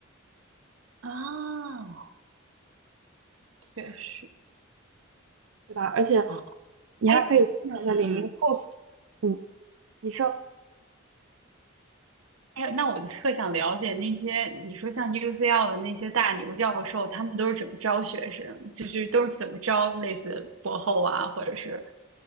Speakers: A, on the right (about 85°); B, on the right (about 75°).
A: 啊，确实
B: 对吧？而且
A: 啊，
B: 你还可以经常在领英
A: 哎，嗯嗯，
B: post，嗯，你说
A: 哎，那我就特想了解那些你说像 UCL 的那些大牛教授，他们都是怎么招学生，就是都是怎么招类似博后啊，或者是